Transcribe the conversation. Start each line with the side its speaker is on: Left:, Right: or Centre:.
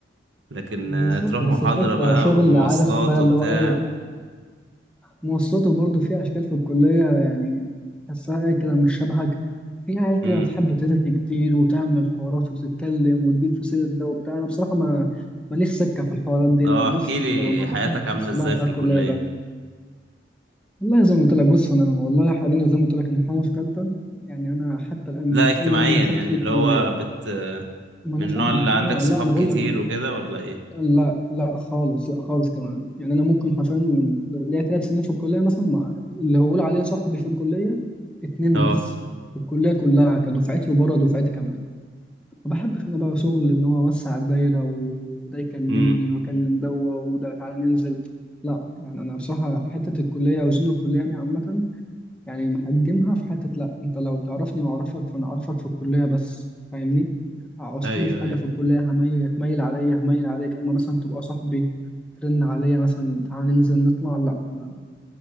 Right: لكن
Centre: بالظبط
Right: آه، تروح
Centre: بس
Right: محاضره
Centre: الفكرة
Right: بقى
Centre: شغل
Right: ومواصلات
Centre: عارف بقى
Right: وبتاع
Centre: اللي هو إيه مواصلاته برضو في أشكال في الكلية يعني تحسها إيه كده مش شبهك في عيال كده
Right: امم
Centre: بتحب ترغي كتير وتعمل حوارات وتتكلم وتجيب في سيرة ده وبتاع أنا بصراحة ما ماليش سكة في الحوارات دي
Right: اه
Centre: أنا بص
Right: احكي لي
Centre: أنا ما بحبش
Right: حياتك عامله
Centre: الصداع
Right: ازاي
Centre: بتاع
Right: في
Centre: الكلية
Right: الكليه
Centre: ده والله زي ما قلت لك بص أنا والله حاليا زي ما قلت لك أنا حاليا في تالتة يعني أنا حتى الآن
Right: لا
Centre: من
Right: اجتماعيا
Centre: أول يوم دخلت
Right: يعني
Centre: في الكلية
Right: اللي هو بت
Centre: ما أنا
Right: من النوع
Centre: فاهمك
Right: اللي عندك
Centre: أه
Right: صحاب
Centre: لا أنا بقول
Right: كتير
Centre: لك
Right: وكده ولا ايه
Centre: لا لا خالص لا خالص كمان يعني أنا ممكن حرفيا من ليا ثلاث سنين في الكلية مثلا مع اللي هقول عليه صاحبي في الكلية اتنين
Right: اه
Centre: بس في الكلية كلها كدفعتي وبره دفعتي كمان ما بحبش انا بقى شغل ان هو اوسع الدايره وده يكلمني
Right: امم
Centre: واكلم ده وده تعالى ننزل لا يعني انا بصراحه حته الكليه او زون الكليه دي عامه يعني محجمها في حته لا انت لو تعرفني واعرفك فانا اعرفك في الكليه بس فاهمني عوزتني
Right: ايوه
Centre: في حاجه
Right: ايوه
Centre: في الكليه هميل هتميل عليا هميل عليك اما مثلا تبقى صاحبي ترن عليا مثلا تعالى ننزل نطلع لا انا